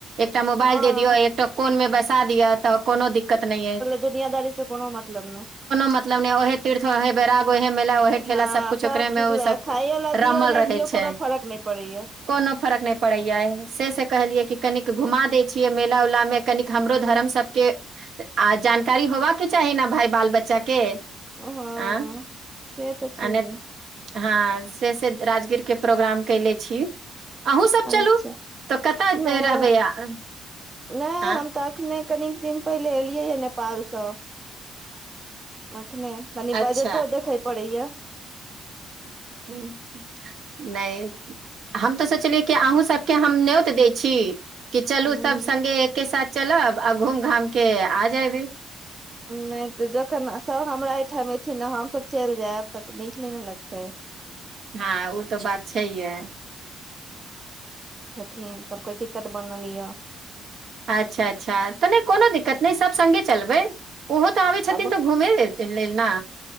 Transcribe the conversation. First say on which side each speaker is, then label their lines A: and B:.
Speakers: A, on the right; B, on the right.
A: एकटा मोबाइल
B: हँ
A: दे दिअ एकटा कोनमे बैसा दिअ तऽ कोनो दिक्कत नहि एय
B: दुनियाादारी से कोनो मतलब नहि
A: मतलब नहि ओहे तीर्थ ओहे वैराग्य ओहे मेला ओहे ठेला
B: हँ
A: सब कुछ ओेकरेमे
B: चीज
A: ओसब
B: वएह खाइय ला
A: रमल
B: दियौ
A: रहै
B: नहि दियौ
A: छै
B: कोनो फर्क नहि पड़ैया
A: कोनो फरक नहि पड़ैया से स कहलियै कि कनिक घुमा दैय छियै मेला उला मे कनिक हमरो धरम सब के आ जान- -कारी होवाके चाही ने भाय बाल बच्चा के
B: हँ
A: आँ
B: से तऽ छैहे
A: अने हँ से से राजगीर के प्रोग्राम कैले छी अन्हु सब चलू
B: अच्छा
A: त कतह
B: नहि
A: रहबै अहाँ
B: नहि
A: आँ
B: हम तऽ अखने कनिक दिन पहिले एलियै या नेपालसँ <unintelligible> ने तनी
A: अच्छा
B: बजटो देखै पड़ै या <inaudible>
A: नहि हम तऽ सोचलियै कि अहूँ सब के हम न्योत दैय छी की चलू
B: उंम्म
A: सब संगङ्गे एके साथ चलब आ घूम घामके आ जेबे
B: नहि तऽ जखन स हमरा ए ओहि ठम एथिन हम सब चलि जायब तक नीक नै न लगतै
A: हँ ओ तऽ बात छै हे
B: थिन सबके टिकट बनल या
A: अच्छा अच्छा तऽ नहि कोनो दिक्कत नहि सभ सङ्गे चलबै ओहो तऽ आबै छथिन
B: आब
A: तऽ घूमहे लेल न